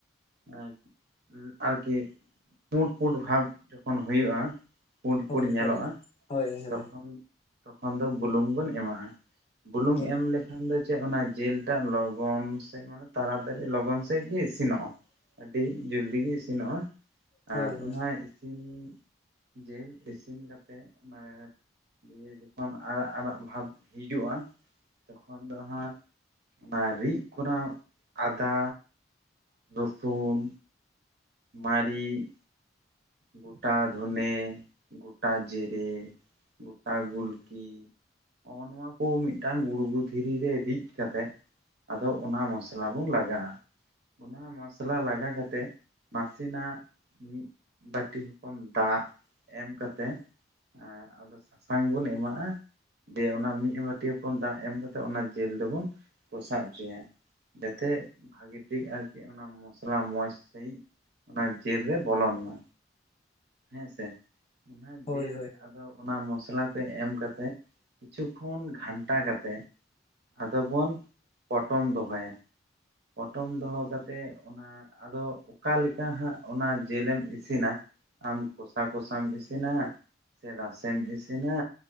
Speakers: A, on the right (about 60°); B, on the left (about 35°).
A: <unintelligible> ᱟᱨᱠᱤ ᱯᱩᱸᱰ ᱯᱩᱸᱰ ᱵᱷᱟᱵᱽ ᱡᱚᱠᱷᱚᱱ ᱦᱩᱭᱩᱜᱼᱟ ᱯᱩᱸᱰ
B: ᱦᱳᱭ
A: ᱯᱩᱸᱰ ᱧᱮᱞᱚᱜᱼᱟ
B: ᱦᱳᱭ ᱦᱳᱭ ᱦᱳᱭ
A: ᱛᱚᱠᱷᱚᱱ ᱛᱚᱠᱷᱚᱱ ᱫᱚ ᱵᱩᱞᱩᱝ ᱵᱚᱱ ᱮᱢᱟᱜᱼᱟ ᱵᱩᱞᱩᱝ
B: ᱦᱳᱭ
A: ᱮᱢ ᱞᱮᱠᱷᱟᱱ ᱫᱚ ᱪᱮᱫ ᱚᱱᱟ ᱡᱤᱞ ᱴᱟᱜ ᱞᱚᱜᱚᱱ ᱥᱮ ᱢᱟᱱᱮ ᱛᱟᱲᱟᱛᱟᱲᱤ ᱞᱚᱜᱚᱱ ᱥᱮ ᱥᱮᱫ ᱜᱮ ᱤᱥᱤᱱᱚᱜᱼᱟ ᱟᱹᱰᱤ ᱡᱚᱞᱫᱤ ᱜᱮ ᱤᱥᱤᱱᱚᱜᱼᱟ
B: ᱦᱳᱭ
A: ᱟᱨ
B: ᱦᱳᱭ ᱦᱳᱭ
A: ᱚᱱᱟ ᱤᱥᱤᱱ ᱡᱮᱞ ᱤᱥᱤᱱ ᱠᱟᱛᱮᱫ ᱢᱮ ᱫᱤᱭᱮ ᱡᱚᱠᱷᱚᱱ ᱟᱨᱟᱜ ᱟᱨᱟᱜ ᱵᱷᱟᱵ ᱦᱤᱡᱩᱜᱼᱟ ᱛᱚᱠᱷᱚᱱ ᱫᱚ ᱦᱟᱸᱜ ᱚᱱᱟ ᱨᱤᱫ ᱠᱚᱨᱟᱣ ᱟᱫᱟ ᱨᱚᱥᱩᱱ ᱢᱟᱨᱤᱡ ᱜᱳᱴᱟ ᱫᱷᱚᱸᱱᱮ ᱜᱳᱴᱟ ᱡᱮᱨᱮ ᱜᱚᱴᱟ ᱜᱩᱞᱠᱤ ᱱᱚᱜᱼᱚ ᱱᱚᱣᱟ ᱠᱚ ᱢᱤᱫᱴᱟᱝ ᱜᱩᱲᱜᱩᱡ ᱫᱷᱤᱨᱤ ᱨᱮ ᱨᱤᱫ ᱠᱟᱛᱮᱜ ᱟᱫᱚ ᱚᱱᱟ ᱢᱚᱥᱞᱟ ᱵᱚᱱ ᱞᱟᱜᱟᱜᱼᱟ ᱚᱱᱟ ᱢᱚᱥᱞᱟ ᱞᱟᱜᱟ ᱠᱟᱛᱮᱜ ᱱᱟᱥᱮᱱᱟᱜ ᱢᱤᱫ ᱵᱟᱹᱴᱤ ᱦᱚᱯᱚᱱ ᱫᱟᱜ ᱮᱢ ᱠᱟᱛᱮ <unintelligible> ᱟᱫᱚ ᱥᱟᱥᱟᱝ ᱵᱩᱱ ᱮᱢᱟᱜᱼᱟ ᱫᱤᱭᱮ ᱚᱱᱟ ᱢᱤᱫ ᱵᱟᱹᱴᱤ ᱦᱚᱯᱚᱱ ᱫᱟᱜ ᱮᱢ ᱠᱟᱛᱮᱫ ᱚᱱᱟ ᱡᱮᱞ ᱫᱚᱵᱚᱱ ᱠᱚᱥᱟᱣ ᱦᱚᱪᱚᱭᱟ ᱡᱟᱛᱮ ᱵᱷᱟᱜᱤ ᱴᱷᱤᱠ ᱟᱨᱠᱤ ᱚᱱᱟᱢᱼᱼ ᱢᱚᱥᱞᱟ ᱢᱚᱸᱡᱽ ᱥᱟᱺᱦᱤᱡ ᱚᱱᱟ ᱡᱮᱞ ᱨᱮ ᱵᱚᱞᱚᱱ ᱢᱟ ᱦᱮᱸ ᱥᱮ ᱚᱱᱟ
B: ᱦᱳᱭ
A: ᱡᱮᱞ ᱟᱫᱚᱼᱼ ᱫᱚ ᱚᱱᱟ ᱢᱚᱥᱞᱟ ᱛᱮ ᱮᱢ ᱠᱟᱛᱮ ᱠᱤᱪᱷᱩ ᱠᱷᱚᱱ ᱜᱷᱟᱱᱴᱟ ᱠᱟᱛᱮ ᱟᱫᱚ ᱵᱚᱱ ᱯᱚᱴᱚᱢ ᱫᱚᱦᱚᱭᱟ ᱯᱚᱴᱚᱢ ᱫᱚᱦᱚ ᱠᱟᱛᱮᱜ ᱚᱱᱟ ᱟᱫᱚ ᱚᱠᱟ ᱞᱮᱠᱟ ᱦᱟᱸᱜ ᱚᱱᱟ ᱡᱮᱞᱮᱢᱼᱼ ᱤᱥᱤᱱᱟ ᱟᱢ ᱠᱚᱥᱟ ᱠᱚᱥᱟᱢ ᱤᱥᱤᱱᱟ ᱥᱮ ᱨᱟᱥᱮᱢ ᱤᱥᱤᱱᱟ